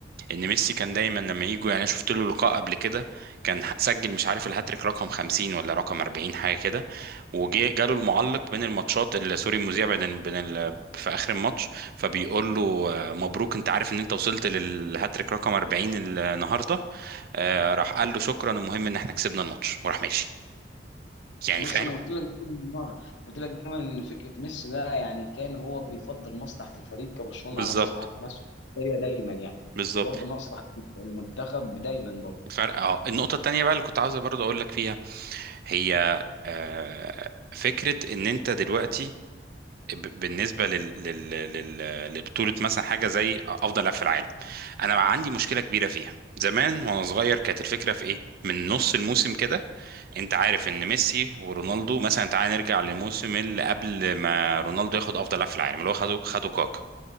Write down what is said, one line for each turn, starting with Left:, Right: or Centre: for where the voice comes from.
Right: ان ميسي كان دايما لما يجوا يعني شفت له لقاء قبل كده كان سجل مش عارف الهاتريك رقم 50 ولا رقم 40 حاجه كده وجي جاله المعلق بين الماتشات ال- سوري المذيع بين ال- بين ال- في اخر الماتش فبيقول له آه، مبروك انت عارف ان انت وصلت للهاتريك رقم 40 النهارده آه، راح قال له شكرا المهم ان احنا كسبنا الماتش وراح ماشي يعني
Left: بص
Right: فاهم
Left: انا قلت لك دايما والله، قلت لك دايما ان فكره ميسي ده يعني كان هو بيفضل مصلحه الفريق كبرشلونه
Right: بالظبط
Left: على مصلحه نفسه هي دايما يعني
Right: بالظبط
Left: وبرضه مصلحه المنتخب دايما برضه
Right: فرق اه النقطه التانيه بقى اللي كنت عاوز برضه اقول لك فيها هي آه، فكره ان انت دلوقتي ب- بالنسبه لل... لل... لل... لبطوله مثلا حاجه زي افضل لاعب في العالم انا بقى عندي مشكله كبيره فيها زمان وانا صغير كانت الفكره في ايه من نص الموسم كده انت عارف ان ميسي ورونالدو مثلا تعال نرجع للموسم اللي قبل ما رونالدو ياخد افضل لاعب في العالم اللي هو خده خده كاكا